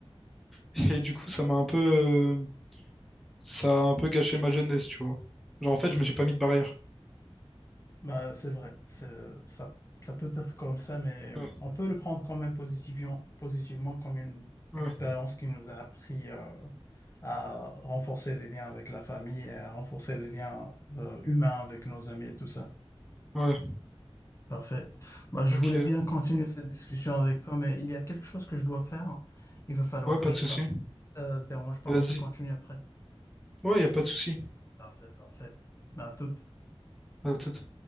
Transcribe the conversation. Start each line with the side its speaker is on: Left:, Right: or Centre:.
Centre: <laughs> et du coup, ça m'a un peu, euh, ça a un peu gâché ma jeunesse, tu vois. Genre, en fait, je me suis pas mis de barrière.
Left: Bah, c'est vrai, c'est, ça, ça peut être comme ça, mais euh,
Centre: Ouais,
Left: on peut le prendre quand même positivement, positivement comme une
Centre: ouais,
Left: expérience qui nous a appris euh, à renforcer les liens avec la famille et à renforcer les liens euh, humains avec nos amis et tout ça.
Centre: ouais,
Left: Parfait. Bah, je
Centre: ok.
Left: voulais bien continuer cette discussion avec toi, mais il y a quelque chose que je dois faire. Il va falloir
Centre: Ouais,
Left: que
Centre: pas
Left: je
Centre: de souci.
Left: parte. Ça te dérange pas,
Centre: Vas-y.
Left: on peut continuer après.
Centre: Ouais, y a pas de souci.
Left: Parfait, parfait. Bah, à toute.
Centre: À tout